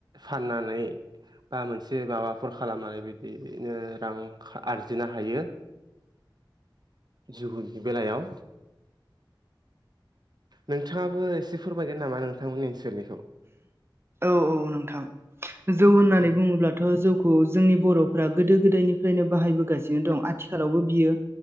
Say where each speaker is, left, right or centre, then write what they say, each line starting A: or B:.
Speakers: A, on the right (about 55°); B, on the right (about 30°).
A: फाननानै बा मोनसे माबाफोर खालामनानै बिदिनो रां आरजिनो हायो जुहुनि बेलायाव नोंथाङाबो एसे फोरमायगोन नामा नोंथांमोननि ओनसोल नि
B: औ औ नोंथां जौ होननानै
A: उम
B: बुङोब्लाथ' जौखौ जोंनि बर' गोदो गोदायनिफ्रायनो बाहायबोगासिनो दं आथिखालावबो बियो